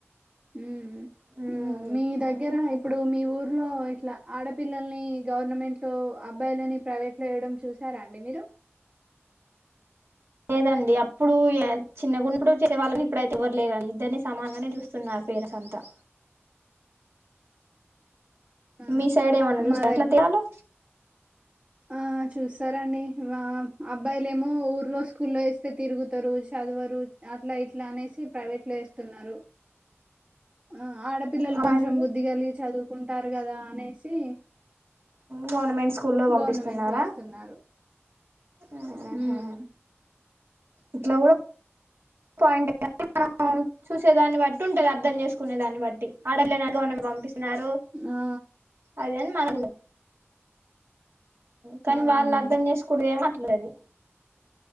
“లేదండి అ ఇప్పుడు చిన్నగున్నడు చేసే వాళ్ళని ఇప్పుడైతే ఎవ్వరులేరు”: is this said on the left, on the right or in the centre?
Right